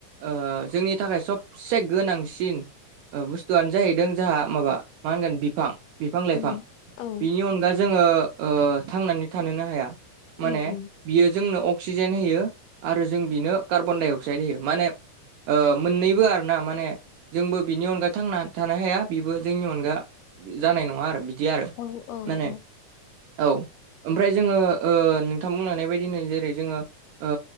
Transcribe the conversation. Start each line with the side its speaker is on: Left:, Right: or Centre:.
Right: ओ जोंनि थाखाय सबसे गोनांसिन बुस्थुआनो जाहैदों जोंहा माबा मा होनगोन फां बिफां लाइफां
Left: उम औ
Right: बिनि अनगा जोङो ओ थांनानै थानोनो हाया।
Left: उम
Right: माने
Left: उम
Right: बियो जोंनो अक्सिजेन होयो आरो जों बिनो कार्बनडाइ अक्साइद होयो माने ओ मोननैबो आर ना माने जोंबो बिनि अनगा थांना थानो हाया बिबो जोंनि अनगा जानाय नङा आरो बिदि आरो
Left: औ औ
Right: माने
Left: औ
Right: औ ओमफ्राय जोङो ओ नोंथां बुंलांनाय बायदिनो जेरै जोङो ओ